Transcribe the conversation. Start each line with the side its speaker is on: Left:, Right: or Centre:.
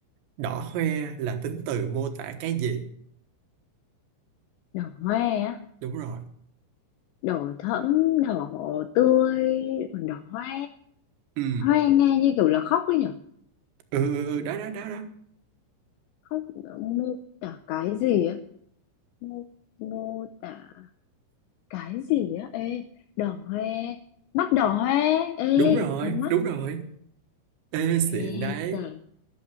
Right: Đỏ hoe là tính từ mô tả cái gì?
Left: đỏ hoe á,
Right: Đúng rồi.
Left: đỏ thẫm, đỏ tươi, còn đỏ hoe.
Right: Ừ.
Left: Hoe nghe như kiểu là khóc ấy nhở?
Right: Ừ, ừ, ừ, đó, đó, đó, đó.
Left: Khóc mô tả cái gì á? mô, mô tả cái gì á ê đỏ hoe mắt đỏ hoe ê
Right: Đúng rồi,
Left: con mắt
Right: đúng rồi. Ê,
Left: ê
Right: xịn đấy.
Left: giời